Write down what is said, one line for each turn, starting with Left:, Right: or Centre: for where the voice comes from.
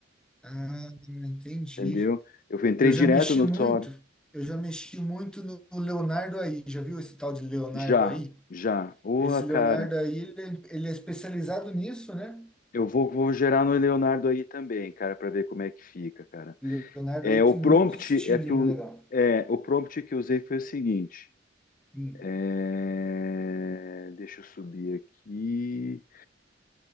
Centre: Ah, entendi.
Left: entendeu? Eu entrei
Centre: Eu já
Left: direto
Centre: mexi
Left: no
Centre: muito,
Left: Sora.
Centre: eu já mexi muito no Leonardo aí. Já viu esse tal de Leonardo
Left: Já,
Centre: aí?
Left: já. Porra,
Centre: Esse
Left: cara.
Centre: Leonardo aí, ele, é, ele é especializado nisso, né?
Left: Eu vou, vou gerar no Leonardo aí também, cara, para ver como é que fica, cara.
Centre: Leonardo
Left: É,
Centre: aí
Left: o
Centre: tem
Left: prompt
Centre: muito estilinho
Left: é que o,
Centre: legal.
Left: é, o prompt que eu usei foi o seguinte.
Centre: Hum,
Left: É, Deixa eu subir aqui.